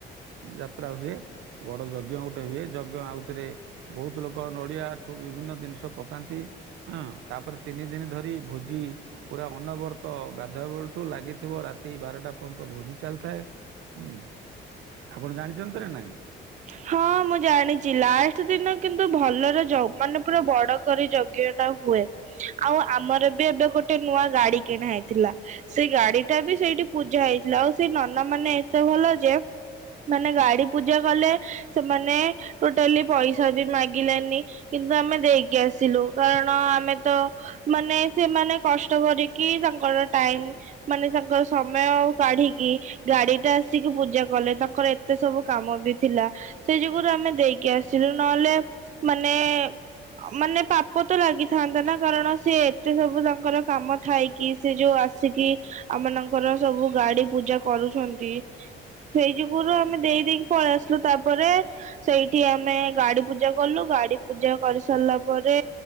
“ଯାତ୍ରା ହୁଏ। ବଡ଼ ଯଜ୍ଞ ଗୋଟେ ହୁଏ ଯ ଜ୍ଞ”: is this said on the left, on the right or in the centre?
Right